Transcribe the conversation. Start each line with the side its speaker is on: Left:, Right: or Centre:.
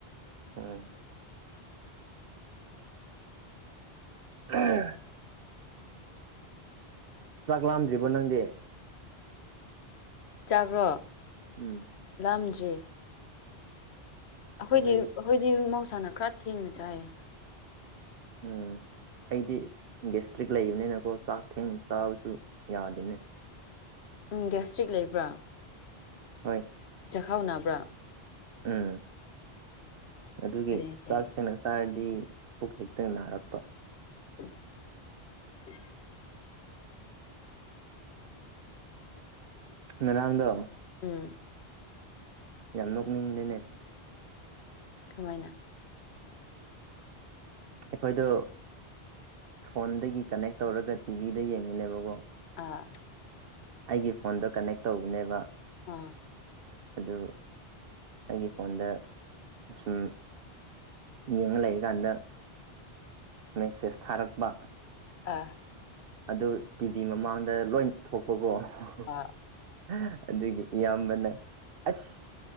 Right: ꯎꯝ ꯎꯝ ꯆꯥꯛ ꯂꯥꯝꯗ꯭ꯔꯤꯕꯣ ꯅꯪꯗꯤ
Left: ꯆꯥꯒ꯭ꯔꯣ
Right: ꯎꯝ
Left: ꯂꯝꯖꯔꯤ <inaudible> ꯑꯩꯈꯣꯏꯗꯤ
Right: ꯑꯁ ꯑꯩ
Left: ꯑꯩꯈꯣꯏꯗꯤ ꯁꯥꯟꯅ ꯈꯔ ꯊꯦꯡꯅ ꯆꯥꯏꯑꯌꯦ
Right: ꯎꯝ ꯑꯩꯗꯤ ꯒꯦꯁꯇ꯭ꯔꯤꯛ ꯂꯩꯕꯅꯤꯅꯀꯣ ꯆꯥꯛ ꯊꯦꯡ ꯆꯥꯕꯁꯨ ꯌꯥꯗꯦꯅꯦ
Left: ꯎꯝ ꯒꯦꯁꯇ꯭ꯔꯤꯛ ꯂꯩꯕ꯭ꯔꯥ
Right: ꯍꯣꯏ
Left: ꯈꯥꯎꯅꯕ꯭ꯔꯥ
Right: ꯎꯝ ꯑꯗꯨꯒꯤ
Left: ꯂꯩꯌꯦ
Right: ꯆꯥꯛ ꯊꯦꯡꯅ ꯆꯥꯔꯗꯤ ꯄꯨꯛ ꯍꯦꯛꯇ ꯅꯥꯔꯛꯄ
Left: <inaudible>
Right: ꯃꯗꯥꯝꯗ
Left: ꯎꯝ
Right: ꯌꯥꯝ ꯅꯣꯛꯅꯤꯡꯕꯅꯤꯅꯦ
Left: ꯀꯃꯥꯏꯅ
Right: ꯑꯩꯈꯣꯏꯗꯣ ꯐꯣꯟꯗꯒꯤ ꯀꯅꯦꯛ ꯇꯧꯔꯒ ꯇꯤꯚꯤꯗ ꯌꯦꯡꯉꯨꯅꯦꯕꯀꯣ
Left: <inaudible>
Right: ꯑꯩꯒꯤ ꯐꯣꯟꯗꯣ ꯀꯅꯦꯛ ꯇꯧꯕꯅꯦꯕ
Left: ꯑꯥ
Right: ꯑꯗꯨ ꯑꯩꯒꯤ ꯐꯣꯟꯗ ꯑꯁꯨꯝ ꯌꯦꯡꯉ ꯂꯩꯀꯥꯟꯗ ꯃꯦꯁꯦꯖ ꯊꯥꯔꯛꯄ
Left: ꯑ
Right: ꯑꯗꯨ ꯇꯤꯚꯤ ꯃꯃꯥꯡꯗ ꯂꯣꯏ ꯊꯣꯛꯄꯀꯣ
Left: ꯑꯥ
Right: <inaudible> ꯑꯗꯨꯗꯒꯤ ꯏꯌꯥꯝꯕꯅ ꯑꯁ